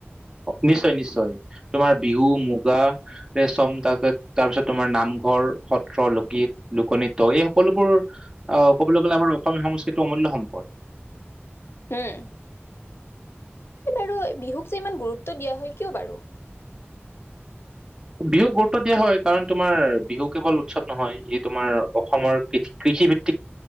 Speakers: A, on the right (about 15°); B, on the left (about 70°).
A: নিশ্চয়-নিশ্চয় তোমাৰ বিহু মুগা ৰেচম তাৰপিছত-তাৰপিছত তোমাৰ নামঘৰ সত্ৰ লোকগীত, লোকনৃত্য এই সকলোবোৰ আহ কবলৈ গলে আমাৰ অসমীয়া সংস্কৃতিৰ অমূল্য সম্পদ।
B: উম, এই বাৰু বিহুক যে ইমান গুৰুত্ব দিয়া হয় কিয় বাৰু?
A: বিহুক গুৰুত্ব দিয়া হয় কাৰণ তোমাৰ বিহু কেৱল উৎসৱ নহয় এই তোমাৰ অসমৰ কৃষিভিত্তিক